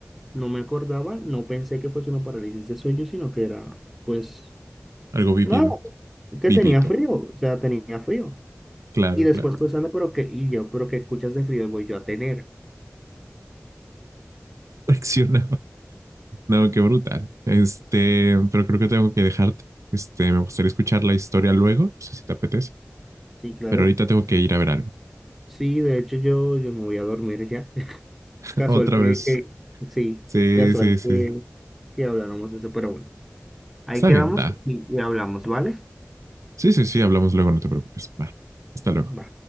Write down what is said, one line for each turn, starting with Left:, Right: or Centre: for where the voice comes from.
Centre: no me acordaba, no pensé que fuese una parálisis de sueño, sino que era, pues,
Right: Algo vivido,
Centre: nada, que
Right: vivito.
Centre: tenía frío, o sea, tenía frío.
Right: Claro,
Centre: Y después
Right: claro.
Centre: pensando, pero qué, y yo, pero qué escuchas de frío voy yo a tener.
Right: <laughs> Reaccionaba. No, qué brutal. Este, pero creo que tengo que dejarte. Este, me gustaría escuchar la historia luego. No sé si te apetece,
Centre: Sí, claro.
Right: pero ahorita tengo que ir a ver algo.
Centre: Sí, de hecho yo, yo me voy a dormir ya. <laughs>
Right: <laughs>
Centre: Casual
Right: Otra
Centre: que,
Right: vez.
Centre: que- sí,
Right: Sí,
Centre: casual
Right: sí, sí.
Centre: que, que habláramos de eso, pero bueno. Ahí
Right: Está
Centre: quedamos
Right: bien, da.
Centre: y, y hablamos, ¿vale?
Right: Sí, sí, sí, hablamos luego, no te preocupes. Va. Hasta luego.
Centre: Va.